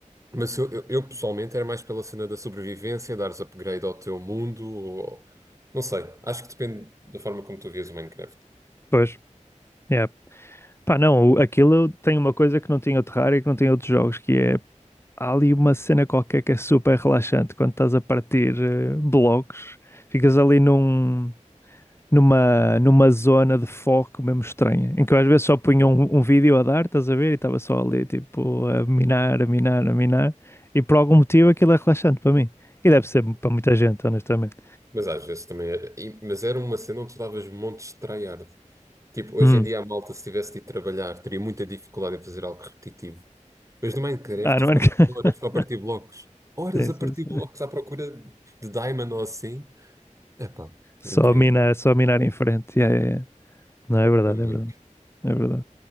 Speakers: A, on the right (about 25°); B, on the left (about 20°).
A: mas eu, eu, eu, pessoalmente era mais pela cena da sobrevivência, dares upgrade ao teu mundo, ou- não sei, acho que depende da forma como tu vias o Minecraft.
B: Pois, é. Pá, não, o- aquilo tem uma coisa que não tinha o Terraria, que não tinha outros jogos, que é há ali uma cena qualquer que é super relaxante quando estás a partir eh, blocos, ficas ali num. numa, numa zona de foco mesmo estranha, em que eu às vezes só punha
A: Uhum.
B: um, um vídeo a dar, estás a ver? E estava só ali, tipo, a minar, a minar, a minar, e por algum motivo aquilo é relaxante para mim. E deve ser para muita gente, honestamente.
A: Mas às vezes também era. e- Mas era uma cena onde tu davas montes de tryhard. Tipo, hoje
B: Hum.
A: em dia a malta, se tivesse de ir trabalhar, teria muita dificuldade em fazer algo repetitivo. Mas no Minecraft
B: Ah, não
A: eu ficava
B: é? <laughs>
A: horas só a partir blocos. Horas
B: Sim,
A: a
B: sim,
A: partir
B: sim.
A: blocos à procura de diamond ou assim. Epá,
B: Só
A: incrível.
B: minar, só minar em frente. Yeah, yeah, yeah. Não, é verdade,
A: Também.
B: é verdade, é verdade.